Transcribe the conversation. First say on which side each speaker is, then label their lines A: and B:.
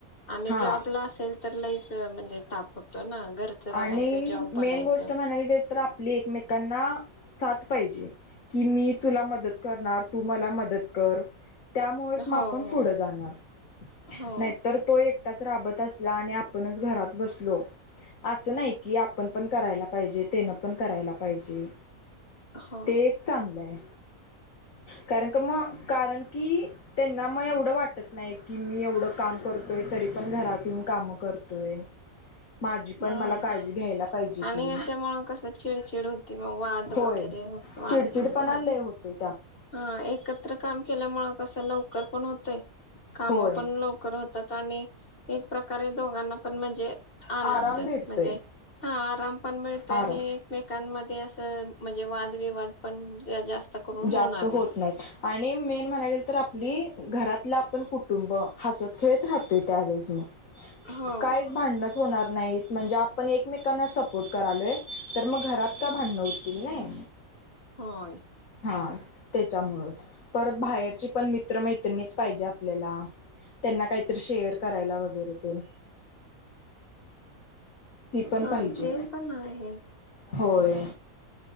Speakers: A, on the left; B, on the left.
A: आणि
B: हा
A: जॉब ला असेल तर लईच... म्हणजे ताप होतो ना... घरचं बघायचं
B: आणि
A: जॉब
B: मेन
A: बघायचं.
B: गोष्ट म्हणायला गे तर आपली एकमेकांना... साथ पाहिजे कि मी तुला मदत करणार तू मला मदत कर. त्यामुळेच मग
A: हो
B: आपण
A: हो
B: पुढं जाणार
A: हो
B: नाहीतर तो एकटाच राबत अस. ला आणि आपणच घरात बसलो. असं नाही की आपण पण करायला पाहिजे तेनं पण करायलात. पाहिजे
A: हो
B: ते एक चांगलं आहे. कारण म कारण की त्यांना मग एवढं वाटत नाही की मी एवढं काम करतो. तोय तरी पण घरात येन काम करतोय. त्याची पण
A: हम्म
B: मला काळजी घ्यायला पाहिजे
A: आणि
B: की
A: याच्यामुळ कसं चिडचिड होती मग वाद
B: होय.
A: वगैरे वाढतात
B: चिडचिडपणा
A: ना.
B: लय होतेय.
A: हा एकत्र काम केल्यामुळें कसं लवकर पण होतय. काम
B: होय
A: पण लवकर होतात आणि एक... प्रकारे दोघांना पण म्हणजे आनंद
B: आराम भेटतोय
A: म्हणजे हा आराम पण मिळते
B: आराम
A: आणि... एकमेकांमध्ये असं म्हणजे वादविवाद पण जास्त करून...
B: जास्त
A: होणार नाही
B: होत नाहीत आणि मेन म्हणाय गेल तर आपली.. घरातलं आपण कुटुंब हसत खेळत राहतोय त्यावेळेस मग
A: हो
B: कायच भांड... होणार नाहीत म्हणजे आपण एकमेकांना सपोर्ट करालोय तर मग घरात का भांडवतील नाही...
A: होय.
B: हा त्याच्याम परत बाहेरची पण मित्र मैत्रिणीच पाहिजे आपल्याला त्यांना काहीतरी शेअर करायला वगैरे ते... ती पण
A: हा
B: पाहिजे
A: ते पण आहे
B: होय.